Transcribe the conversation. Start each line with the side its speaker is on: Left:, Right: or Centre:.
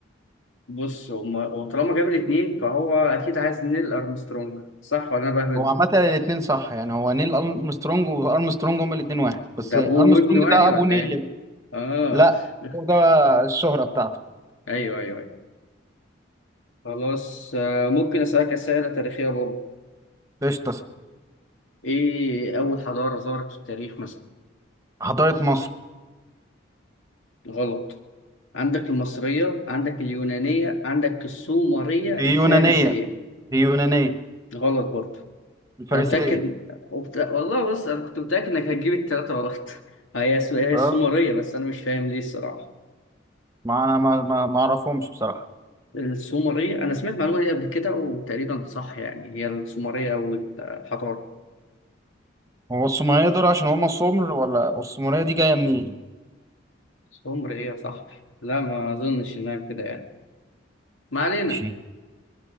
Left: بص هما وطالما جاب الاتنين فهو اكيد عايز نيل ارمسترونج صح ولا انا بهبد
Right: هو عامه الاثنين صح يعني هو نيل ارمسترونج وارمسترونج هما الاثنين واحد بس
Left: ده
Right: ارمسترونج
Left: ابوه وابنه
Right: ده
Left: يعني
Right: ابو
Left: ولا
Right: نيل
Left: ايه
Right: بقى.
Left: اه
Right: لا
Left: <laughs>
Right: هو ده الشهره بتاعته
Left: ايوه ايوه ايوه خلاص آه، ممكن اسالك اسئله تاريخيه برضه
Right: قشطه
Left: ايه اول حضاره ظهرت في التاريخ مثلا
Right: حضاره مصر
Left: غلط عندك المصريه عندك اليونانيه عندك السومريه الفارسيه
Right: هي يونانية هي يونانية
Left: غلط برضه
Right: الفارسية
Left: انا متاكد وبت... والله بص انا كنت متاكد انك هتجيب الثلاثه غلط <laughs> هي الس- هي
Right: اه
Left: السومريه بس انا مش فاهم ليه الصراحه
Right: ما انا ما ما ما اعرفهمش بصراحة
Left: السومريه انا سمعت المعلومه دي قبل كده وتقريبا صح يعني هي السومريه او الحضاره
Right: هو السومرية دول عشان هما سمر ولا السومرية دي جاية منين
Left: السومريه صح لا ما اظنش انها كده يعني ما علينا
Right: ماشي